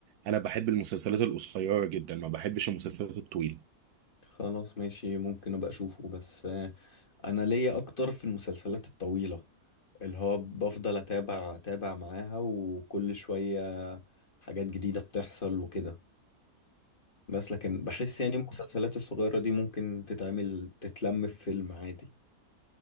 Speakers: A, on the right; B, on the left.
A: انا بحب المسلسلات القصيرة جدا ما بحبش المسلسلات الطويلة
B: خلاص ماشي ممكن ابقى اشوفه بس آه، انا ليا اكتر في المسلسلات الطويلة اللي هو بفضل اتابع اتابع معاها وكل شوية حاجات جديدة بتحصل وكده بس لكن بحس يعني المسلسلات الصغيرة دي ممكن تتعمل تتلم في فيلم عادي